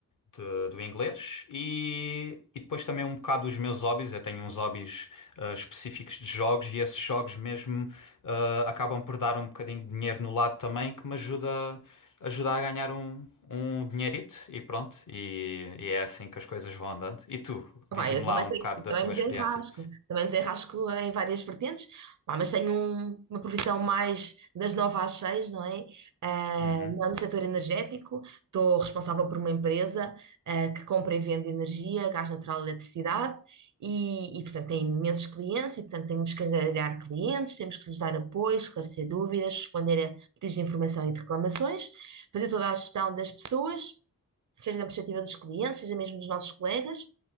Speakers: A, on the left; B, on the right.
A: de- do inglês e, e depois também um bocado os meus hobbies. Eu tenho uns hobbies ah, específicos de jogos e esses jogos mesmo ah, acabam por dar um bocadinho de dinheiro no lado também que me ajuda, ajuda a ganhar um, um dinheirito e pronto. E, e é assim que as coisas vão andando. E tu, diz-me
B: Ah, pá, eu também,
A: lá um
B: tenho-
A: bocado
B: eu
A: da
B: também
A: tua
B: me
A: experiência.
B: desenrasco, também me desenrasco em várias vertentes, pá, mas tenho um- uma profissão mais das nove às seis, não é? Ah,
A: Uhum,
B: no setor energético, estou responsável por uma empresa, ah, que compra e vende energia, gás natural e eletricidade, e, e, portanto tem imensos clientes, e portanto temos que angariar clientes, temos que lhes dar apoio, esclarecer dúvidas, responder a pedidos de informação e de reclamações, fazer toda a gestão das pessoas, seja na perspectiva dos clientes, seja mesmo dos nossos colegas.